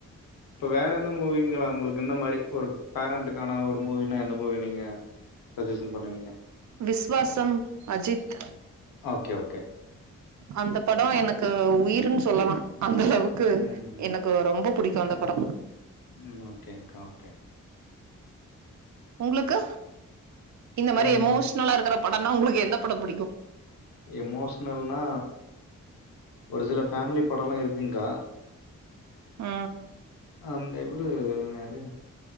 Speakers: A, on the left (about 80°); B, on the right (about 55°).
A: இப்ப வேற எந்த மூவிங்களா உங்களுக்கு இந்த மாரி ஒரு பேரண்ட்டக்கான ஒரு மூவினா எந்த மூவி நீங்க சஜஷன் பண்ணுவீங்க
B: விஸ்வாசம் அஜித்
A: ஓகே ஓகே
B: அந்த படம் எனக்கு உயிருன்னு சொல்லலா அந்த அளவுக்கு
A: ம்
B: எனக்கு ரொம்ப புடிக்கு அந்த படோ
A: உம் ஓகேங்கா ஓகே
B: உங்குளுக்கு இந்த
A: அக்கா
B: மாரி எமோஷனலா
A: எனக்கு
B: இருக்கற படோனா உங்குளுக்கு எந்த படோ புடிக்கு
A: எமோஷ்னல்னா ஒரு சில ஃபேமிலி படம்லா இருக்குங்கா
B: ஆ
A: அந்த இவரு யாரு